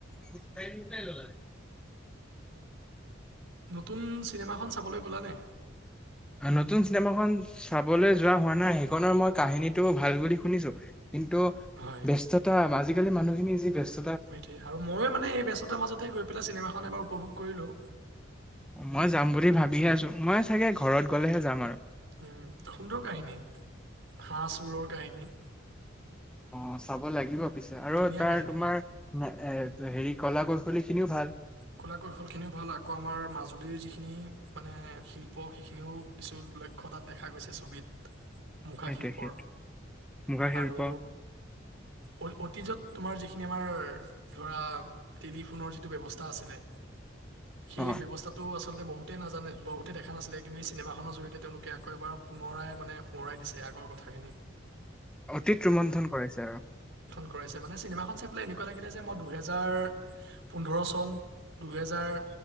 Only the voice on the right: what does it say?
নতুন চিনেমাখন চাবলৈ গ'লা নে?
হয়
মিঠ আৰু ময়ো মানে এই ব্যস্ততাৰ মাজতে গৈ পেলাই চিনেমাখন এবাৰ উপভোগ কৰিলোঁ।
উম, সুন্দৰ কাহিনী, হাঁহ চোৰৰ কাহিনী।
ধুনীয়া
কাহিনী
কলা কৌশলীখিনিও ভাল, আকৌ আমাৰ মাজুলীৰ যিখিনি মানে শিল্প সেইখিনিও কিছু লক্ষ্যতাত দেখা গৈছে ছবিত। মুখাশিল্পৰ
আৰু ঐ-অতীজত তোমাৰ যিখিনি আমাৰ ধৰা টেলিফোনৰ যিটো ব্যৱস্থা আছিলে‌, সেই
ব্যৱস্থাটো আচ আচলতে বহুতেই নাজানে বহুতে দেখা নাছিলে, কিন্তু এই চিনেমাখনৰ জৰিয়তে তেওঁলোকে আকৌ এবাৰ, পুৰাই মানে সোঁৱই দিছে। ঘৰ কথাখিনি।
কৰিছে মানে, চিনেমাখন চাই এনেকুৱা লাগিলে যে মই দুইহেজাৰ পোন্ধৰ চনত। দুহেজাৰ